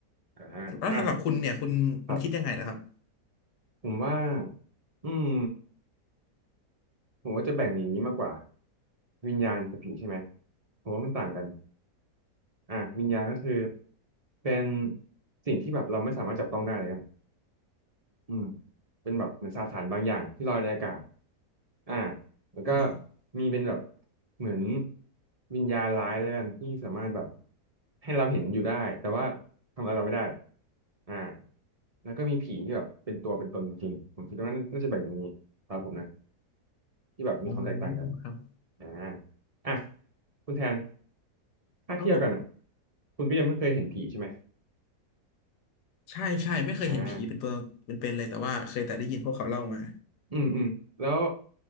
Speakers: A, on the right; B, on the left.
A: อ่าอ่ะ
B: แล้วสำหรับคุณเนี่ยคุณคุณคิดยังไงล่ะครับ
A: ครับผมว่า อืมผมว่าจะแบ่งอย่างนี้มากกว่าวิญญาณกับผีใช่ไหมผมว่ามันต่างกันอ่ะวิญญาณก็คือเป็นสิ่งที่แบบเราไม่สามารถจับต้องได้เลยกัน อืมเป็นแบบเหมือนสสารบางอย่างที่ลอยในอากาศอ่าแล้วก็
B: อ่า
A: มีเป็นแบบเหมือนวิญญาณร้ายแล้วกันที่สามารถแบบให้เราเห็นอยู่ได้แต่ว่าทำอะไรเราไม่ได้อ่าแล้วก็มีผีที่แบบเป็นตัวเป็นตนจริงๆผมคิดว่าน่าจะแบ่งอย่างนี้สำหรับผมนะที่แบบมีความแตกต่างกัน
B: โอ้ครับ
A: อ่าอ่ะคุณแทนถ้าเทียบกันอ่ะ
B: ครับผม
A: คุณก็ยังไม่เคยเห็นผีใช่ไหม
B: ใช่ใช่ไม่เคยเห็นผีเป็นตัวเป็นเป็นเลยแต่ว่าเคยแต่ได้ยินพวกเขาเล่ามา
A: อ่าอืมอืมแล้ว